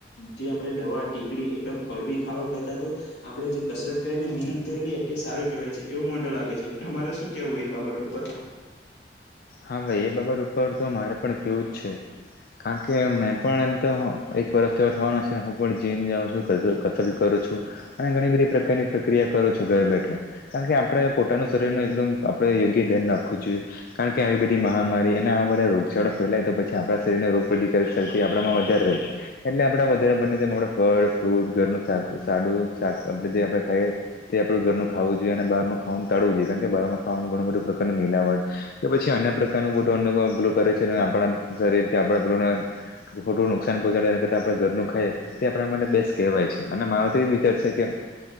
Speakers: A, on the left; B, on the left.
A: જે આપણે દવા ટીકડી એકદમ કડવી ખાવા કરતા તો. આપડે જે કસરત કરીને મહેનત કરી લઈ એટલે સારું કેહેવાય છે એવું મન લાગે છે તમારે શું કેવું એ બાબત ઉપર.
B: હા ભાઈ એ બાબત ઉપર તો મારે પણ કેવું જ છે કારણ કે મેં પણ એમ તો એક વર્ષ તોવા થવાનો છે ને હું પણ જીમ જાઉં છું કસરત કરું છું. અને ઘણી બધી પ્રકારની ક્રિયા કરો છો ઘર બેઠો કારણ કે આપણેે પોતાનું શરીર નું એકદમ આપડે યોગ્ય ધ્યાન રાખવું જોઈએ કારણ કે આવી બધી મહામારી અને આ બધા રોગચાળો ફેલાય તો પછી આપણા શરીરને રોગપ શક્તિ આપણામાં વધારે રહી. એટલે આપડે વધારે બંને તેમ આપડે ફળ ફ્રૂટ ઘરનું સા સાડું. શાક આપડે જે આપડે ખાઈએ તે આપણું ઘરનું ખાવું જોઈએ અને બહારનું ખવાનું ટાળવું જોઈએ કારણ બાર માં ખવાનું ઘણું બધૂ પ્રકારને મિલાવાય. કે પછી અન્ય પ્રકારનું મોટું અનુ પેલું કરે છે આપણા શરીર કે આપણા પેલુંના. ખોટું નુકસાન પહોચાડે એના કરતા આપણે ઘરનું ખાઈ. તે આપણા માટે બેસ કહેવાય છે અને મારો તો એજ વિચાર છે કે.